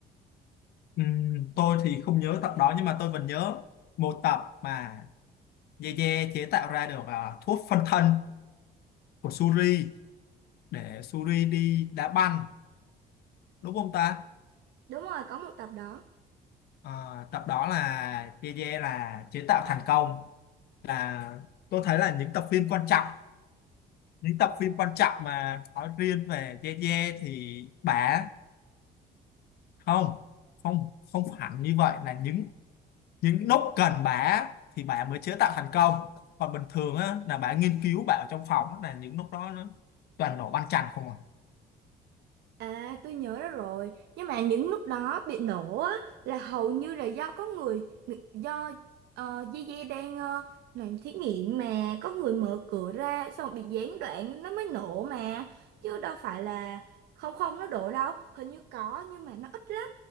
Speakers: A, on the left (about 70°); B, on the right (about 80°).
A: Ừm, tôi thì không nhớ tập đó nhưng mà tôi vẫn nhớ một tập mà Yeye chế tạo ra được à, thuốc phân thân của Suri để Suri đi đá banh đúng không ta?
B: Đúng rồi, có một tập đó.
A: À, tập đó là Yeye là chế tạo thành công là tôi thấy là những tập phim quan trọng những tập phim quan trọng mà nói riêng về Yeye thì bả không không không hẳn như vậy là những những lúc cần bả thì bả mới chế tạo thành công còn bình thường á, là bả nghiên cứu bả ở trong phòng á, là những lúc đó nó toàn nổ banh chành không à
B: À, tôi nhớ ra rồi. Nhưng mà những lúc đó bị nổ á, là hầu như là do có người, người- do uh, Gigi đang ờ, làm thí nghiệm mà có người mở cửa ra xong rồi bị gián đoạn nó mới nổ mà. Chứ đâu phải là không không nó đổ đâu. Hình như có nhưng mà nó ít lắm.